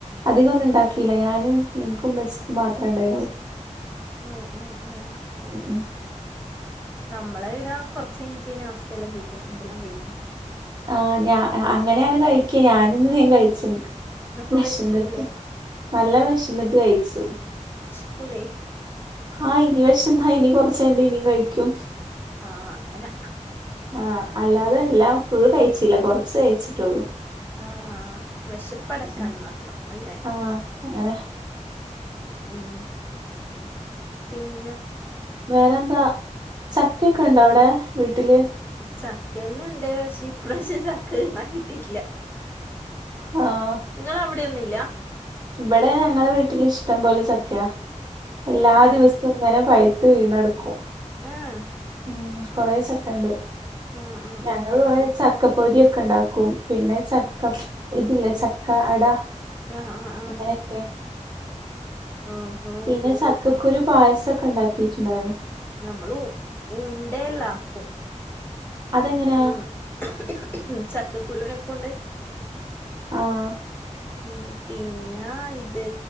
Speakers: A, on the right; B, on the left.
A: അധികം ഒന്നും ഉണ്ടാക്കിയില്ല ഞാനും എനിക്കും ഉമ്മച്ചിക്കും മാത്രം ഇണ്ടായൊ
B: ഓഹ് ഉം ഉം
A: ഉം
B: നമ്മളെവിടെ കൊറച്ചയിഞ്ഞ്ട്ടെ നാസ്തെല്ലാം കഴിക്കു ഫുഡെല്ലാം കഴിക്കൂ
A: ആഹ് ഞ അങ്ങനെയാണ് കഴിക്ക ഞാനിന്ന് വേം കഴിച്ച്ന്ന്ക്ക്
B: അപ്പൊ
A: വെശന്നിട്ട്
B: വെശക്കൂല്ലേ
A: നല്ല വെശന്നിട്ട് കഴിച്ചു
B: ക്കുലേ
A: ആഹ് ഇനി വെശന്നാ ഇനി കൊറച്ചഴിഞ്ഞിട്ട് ഇനിം കഴിക്കും
B: ആഹ് അങ്ങനെ
A: ആഹ് അല്ലാതെ അല്ല ഫുള് കഴിച്ച് ല്ല കൊറച്ച് കഴ്ച്ചിട്ടുള്ളൂ
B: ആഹ് വെശപ്പടക്കാൻ
A: ഉം
B: മാത്രം അല്ലെ
A: ആഹ് അങ്ങനെ
B: ഉം പിന്നെ
A: വേറെന്താ ചക്കയൊക്കണ്ടോ അവിടെ വീട്ടില്
B: ചക്കെല്ലാണ്ട് പക്ഷേ ഇപ്രാവശ്യം ചക്ക തിന്നാൻ കിട്ടിട്ടില്ല
A: ആഹ്
B: നിങ്ങള അവിടെന്നുല്ല
A: ഇവിടെ ഞങ്ങളെ വീട്ടിൽ ഇഷ്ടം പോലെ
B: ഏഹ്
A: ചക്കയാ എല്ലാ
B: ഏഹ്
A: ദിവസെങ്ങനെ പൈത്ത് വീണടുക്കും
B: ആഹ്
A: ഉം കൊറെ ചക്കെണ്ട്
B: ആഹ്
A: ഞങ്ങള്
B: ആഹ്
A: കുറെ ചക്കപ്പൊരിയൊക്കെണ്ടാക്കും പിന്നെ ചക്ക ഇതില്ലേ ചക്ക അട
B: ആഹ് ആഹ് ആഹ്
A: അങ്ങനെയൊക്കെ
B: ഓഹോ
A: പിന്നെ ചക്കക്കുരു പായസൊക്കെ ഉണ്ടാക്കിട്ടുണ്ടായിരുന്നു
B: നമ്മള് ഉണ്ടല്ലാക്കും
A: അതെങ്ങനെയാ
B: പിന് ചക്കക്കുരുവിനെകൊണ്ട്
A: ആഹ്
B: ഉം പിന്നാ ഇത്